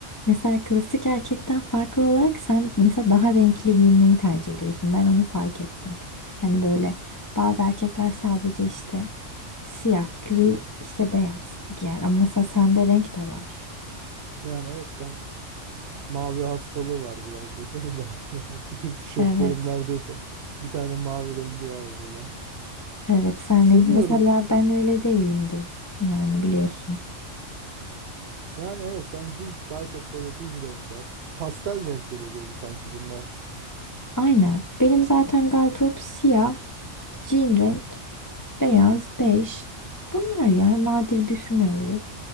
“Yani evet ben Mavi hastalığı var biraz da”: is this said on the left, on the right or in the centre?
Right